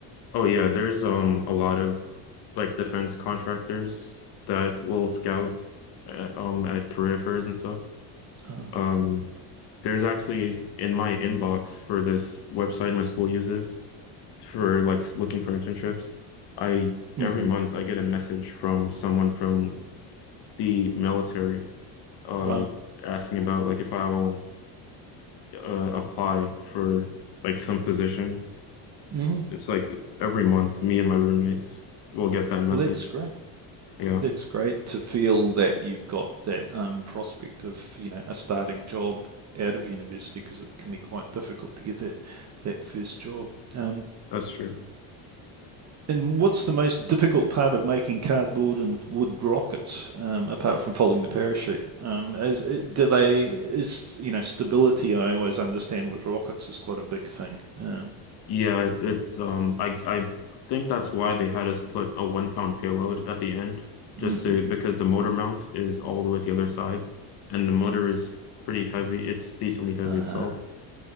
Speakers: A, on the left (about 60°); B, on the right (about 35°).
A: Oh yeah, there's um a lot of like defense contractors that will scout at, um at career fairs and stuff.
B: Uh-huh.
A: Um, there's actually in my inbox for this website my school uses for like s- looking for internships. I
B: hmm
A: every month I get a message from someone from the military uh
B: Right.
A: asking about like if I will uh, apply for like some position.
B: Mhm.
A: It's like every month me and my roommates will get that message.
B: Well, that's great.
A: Yeah,
B: That's great to feel that you've got that um, prospect of, you know, a starting job out of university because it can be quite difficult to get that that first job. Um,
A: that's true.
B: and what's the most difficult part of making cardboard and wood rockets, um, apart from folding the parachute? Um, as do they is you know stability? I always understand with rockets is quite a big thing. Um,
A: Yeah, it's um I I think that's why they had us put a one pound payload at the end, just
B: hmm
A: to because the motor mount is all the way at the other side and the motor is pretty heavy. It's decently heavy
B: Uh-huh.
A: itself.